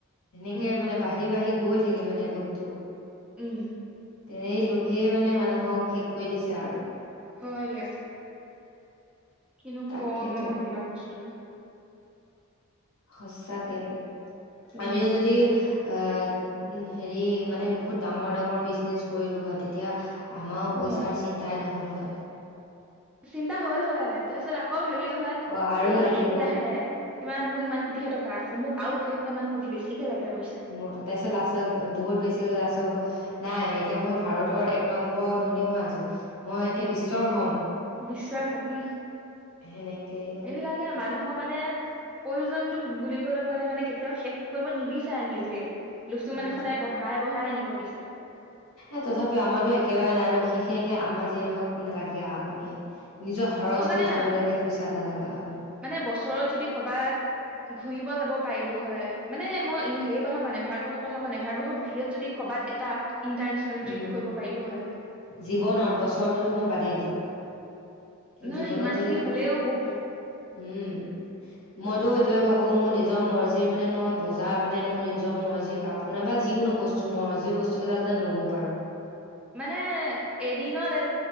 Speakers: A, on the left (about 75°); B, in the centre.
A: সেনেকে
B: উম
A: মানে বাঢ়ি বাঢ়ি গৈ থাকে মানে লোভটো।
B: উম
A: সেই লোভেই মানে মানুহক শেষ কৰি দিছে আৰু
B: হয় দিয়া কিনো
A: তাকেতো
B: কম মই এইবিলাক বস্তু
A: সচাকে দেই
B: উম
A: আমিও যদি আহ উ হেৰি মানে বহুত ডাঙৰ, ডাঙৰ বিজনেছ কৰিলো হয় তেতিয়া আমাৰ
B: অ
A: পইচাৰ চিন্তাই নহ'ল হয়।
B: চিন্তা হ'ল হয়, তাৰপিছত আকৌ ভাবিলো হয়
A: অ আৰু
B: ই
A: লাগিব
B: এইকেইটাহে ইমান মোৰ ইমান কোটিহে টকা আছে, মোক আৰু কেইটাকামান কোটি বেছিকে লাগে পইচা।
A: মই তাৰ পিছত লাষ্টত বহুত বেছি হলে লাষ্টত কব। নাই এতিয়া মই ভাৰতৰ এক নম্বৰ ধনী হৈ আছো মই এতিয়া
B: অ
A: বিশ্বৰ হম
B: বিশ্বৰ উম
A: সেনেকেই।
B: এইবিলাকে মানুহক। মানে প্ৰয়োজনটো বুলিবলৈ কলে মানে কেতিয়াও শেষ কৰিব নিবিচাৰে নিজে। লোভটো
A: সেইটোৱে
B: মানে সদায় বঢ়াই বঢ়াই নিব বিচাৰে
A: এ তথাপিও আমাৰো একেবাৰে নাই ন সেইখিনিকে আমাৰ যিয়ে নহওক মানে লাগে আও আমি নিজৰ। খৰচটো
B: অ মানে
A: উঠাবলৈকে পইচা এটা লাগে আৰু মানে
B: মানে বছৰত যদি কৰবাত ঘূৰিব যাব পাৰিলো হয়, মানে মই হেৰি কথা কোৱা নাই ভাৰতবৰ্ষৰ কথা কোৱা নাই ভাৰতবৰ্ষৰ বাহিৰত যদি কৰবাত এটা ইন্টাৰনেচনেল
A: উম
B: ট্ৰিপ কৰিব পাৰিলো হয়।
A: জীৱনত বছৰটোতো মই বাদেই দিলো।
B: নহয়
A: জীৱনত
B: সিমান
A: যদি
B: খিনি হলেও বহুত
A: উম। মইতো এইটোয়ে ভাবো মোৰ নিজৰ মৰ্জি মানে মই বজাৰ মানে মোৰ নিজৰ মৰ্জি। কাপোৰ নাইবা যিকোনো বস্তু মই যি বস্তু কেইটা যেন ল'ব পাৰো।
B: মানে এদিনত এ